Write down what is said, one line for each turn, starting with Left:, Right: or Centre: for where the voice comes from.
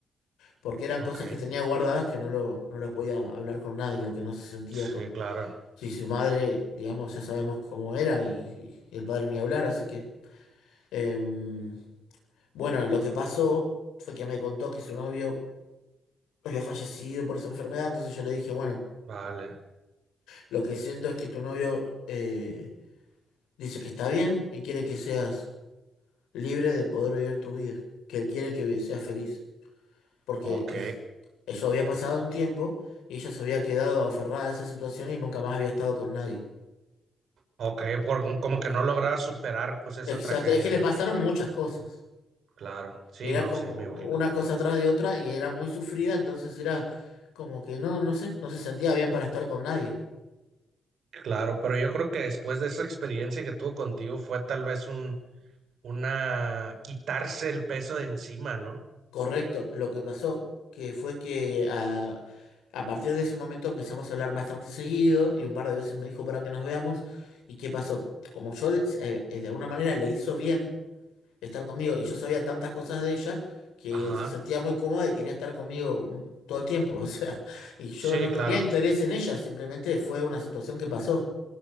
Left: porque eran
Right: ok,
Left: cosas que tenía guardadas que no lo, no lo podía hablar con nadie o que no se sentía
Right: sí,
Left: con...
Right: claro,
Left: Si su madre, digamos, ya sabemos cómo era y y el padre ni hablar, así que... Em, bueno, lo que pasó fue que me contó que su novio había fallecido por esa enfermedad, entonces yo le dije, bueno,
Right: vale,
Left: lo que siento es que tu novio eh, dice que está bien y quiere que seas libre de poder vivir tu vida, que él quiere que seas feliz, porque
Right: ok,
Left: que eso había pasado un tiempo y ella se había quedado aferrada a esa situación y nunca más había estado con nadie.
Right: ok, por- como que
Left: ¿sí?
Right: no lograba superar pues esa
Left: Exacto,
Right: tragedia,
Left: es que le
Right: ¿no?
Left: pasaron muchas cosas.
Right: Claro, sí,
Left: Era
Right: no,
Left: como
Right: sí, me imagino.
Left: una cosa atrás de otra y era muy sufrida, entonces era como que no, no sé, no se sentía bien para estar con nadie.
Right: Claro, pero yo creo que después de esa experiencia que tuvo contigo fue tal vez un, una, quitarse el peso de encima, ¿no?
Left: Correcto, lo que pasó que fue que a, a partir de ese momento empezamos a hablar bastante seguido y un par de veces me dijo para que nos veamos. ¿Y qué pasó? Como yo eh, eh, de alguna manera le hizo bien estar conmigo y yo sabía tantas cosas de ella que
Right: Ajá,
Left: se sentía muy cómoda y quería estar conmigo mm, todo el tiempo, <laughs> o sea, y yo
Right: sí,
Left: no
Right: claro,
Left: tenía interés en ella, simplemente fue una situación que pasó.